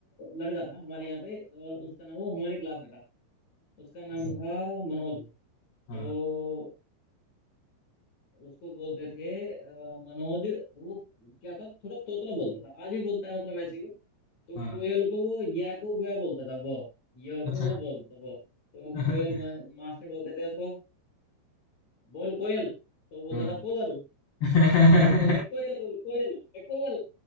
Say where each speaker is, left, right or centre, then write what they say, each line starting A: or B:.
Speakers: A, on the left; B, on the left.
A: लड़का था हमारे यहाँ पे अ, उसका नाम वो हमारी क्लास में था उसका नाम
B: अच्छा
A: था मनोज तो
B: हाँ
A: उसको बोलते थे अ, मनोज वो क्या था थोड़ा तोतला बोलता था आज भी बोलता है मतलब ऐसे ही वो तो
B: हाँ
A: कोयल को वो या को वह बोलता था वो य
B: अच्छा
A: को वो बोलता था वो तो
B: <laughs>
A: कोयल मा, मास्टर बोलते थे उसको बोल कोयल तो बोलता
B: हाँ
A: था कोवल
B: <laughs>
A: तो मास्टर बोलते कोयल बोल कोयल ए कोवल